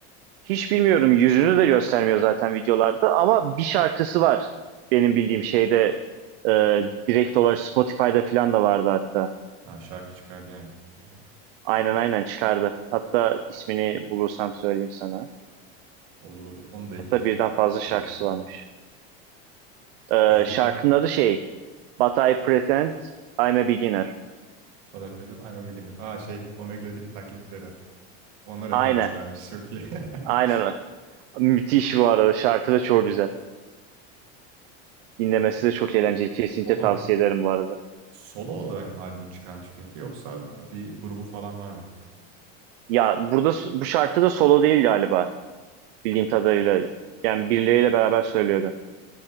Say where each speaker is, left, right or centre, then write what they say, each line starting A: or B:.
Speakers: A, on the right; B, on the right.
A: Hiç bilmiyorum yüzünü de göstermiyor zaten videolarda ama bir şarkısı var benim bildiğim şeyde e, direkt olarak Spotify'da falan da vardı hatta.
B: Ha şarkı çıkardı yani. Güzel.
A: Aynen aynen çıkardı. Hatta ismini bulursam söyleyeyim sana.
B: Olur olur. Onu da ekleyeyim
A: Hatta birden fazla
B: playlistime.
A: şarkısı varmış. E,
B: Yüzünü
A: şarkının adı şey But I Pretend I'm a Beginner.
B: Baday Peyton, I'm a Beginner. Aa şey, Omegle'deki taklitleri. Ona referans
A: Aynen.
B: vermiş. Çok iyi. <laughs>
A: Aynen o. Müthiş bu arada. Şarkı da çok güzel. Dinlemesi
B: Ya,
A: de çok eğlenceli. Kesinlikle
B: Solo,
A: tavsiye ederim bu arada.
B: solo olarak mı albüm çıkarmış peki yoksa bir grubu falan var mı?
A: Ya burada s- bu şarkı da solo değil galiba. Bildiğim kadarıyla. Yani birileriyle beraber söylüyordu.